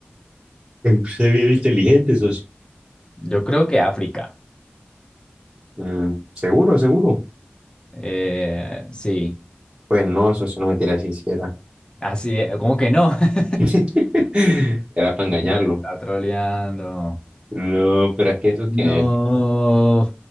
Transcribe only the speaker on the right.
Se bien inteligente, socio.
Mm, ¿seguro, seguro?
Pues no, socio, no mentira, si hiciera.
<laughs> Era para engañarlo.
No, pero es que eso
que